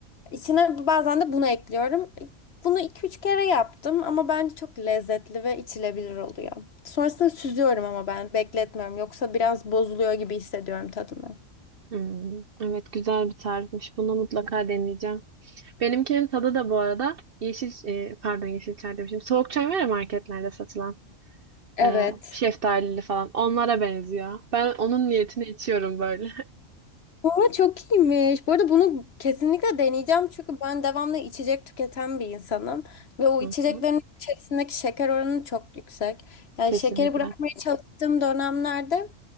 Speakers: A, on the left; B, on the right.
A: İçine bazen de bunu ekliyorum. Bunu iki üç kere yaptım ama bence çok lezzetli ve içilebilir oluyor. Sonrasında süzüyorum ama ben bekletmiyorum. Yoksa biraz bozuluyor gibi hissediyorum tadını.
B: Hmm. Evet güzel bir tarifmiş. Bunu mutlaka deneyeceğim. Benimkinin tadı da bu arada yeşil e, pardon yeşil çay demişim. Soğuk çay var ya marketlerde satılan
A: Evet.
B: e, şeftalili falan. Onlara benziyor. Ben onun niyetini içiyorum böyle.
A: Ama çok iyiymiş. Bu arada bunu kesinlikle deneyeceğim çünkü ben devamlı içecek tüketen bir insanım ve o
B: <laughs> Hı
A: içeceklerin
B: hı.
A: içerisindeki şeker oranı çok yüksek. Yani
B: Kesinlikle.
A: şekeri bırakmaya çalıştığım dönemlerde